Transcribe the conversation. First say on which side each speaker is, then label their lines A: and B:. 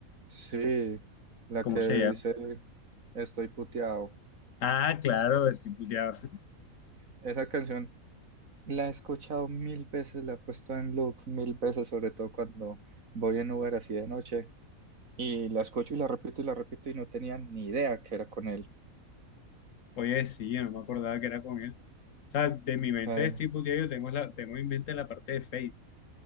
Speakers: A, on the right; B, on the left.
A: Sí, la
B: ¿Cómo
A: que
B: se
A: dice
B: llama?
A: Estoy puteado.
B: Ah, claro, estoy puteado.
A: Esa canción la he escuchado mil veces, la he puesto en loop mil veces, sobre todo cuando voy en Uber así de noche. Y la escucho y la repito y la repito y no tenía ni idea que era con él.
B: Oye, sí, yo no me acordaba que era con él. O sea, de mi mente
A: Eh,
B: estoy puteado, yo tengo, la, tengo en mente la parte de Fate,